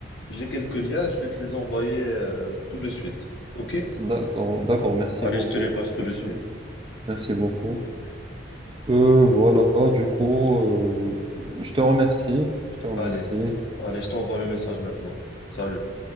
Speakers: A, on the left; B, on the right.
A: j'ai quelques liens, je vais te les envoyer, euh, tout de suite. OK?
B: D'accord, d'accord, merci
A: Allez,
B: beaucoup.
A: je te les passe tout
B: Merci,
A: de suite.
B: merci beaucoup. Euh, voilà, du coup, euh, je te remercie. Je te remercie.
A: Allez, allez, je t'envoie le message maintenant. Salut.